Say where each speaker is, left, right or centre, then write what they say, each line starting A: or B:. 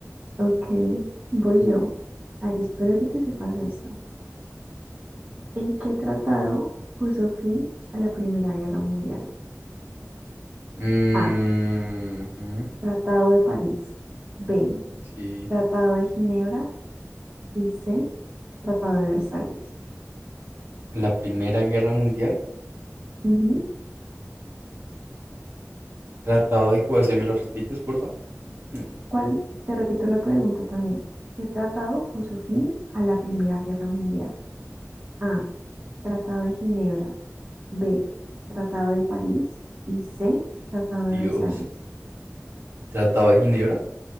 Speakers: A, on the right; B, on the right.
A: Ok, voy yo. A ver, espero que te sepas esto. ¿En qué tratado puso fin a la Primera Guerra Mundial?
B: Mm,
A: A.
B: ujú,
A: Tratado de París. B.
B: sí.
A: Tratado de Ginebra. Y C. Tratado de Versalles.
B: La Primera Guerra Mundial.
A: Ujú.
B: Tratado de... o sea, ¿me lo repites, porfa? Mm,
A: ¿Cuál? Te repito la pregunta también. ¿Qué tratado puso fin a la Primera Guerra Mundial? A. Tratado de Ginebra. B. Tratado de París. Y C. Tratado de
B: Dios.
A: Versalles.
B: ¿Tratado de Ginebra?